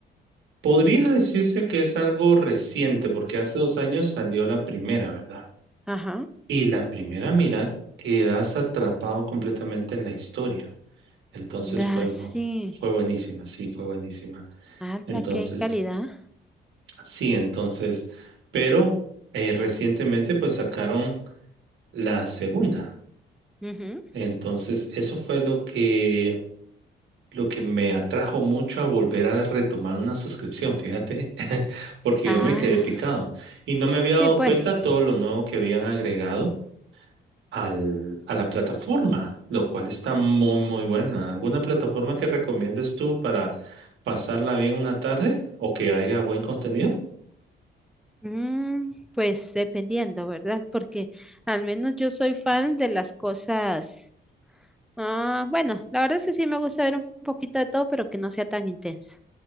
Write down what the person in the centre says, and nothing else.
Ajá.
Ah,
sí.
Ah,
la qué calidad.
Ujú.
Ah,
sí,
pues.
Mm, pues dependiendo, ¿verdad? Porque al menos yo soy fan de las cosas. Ah, bueno, la verdad es que sí me gusta ver un poquito de todo, pero que no sea tan intenso.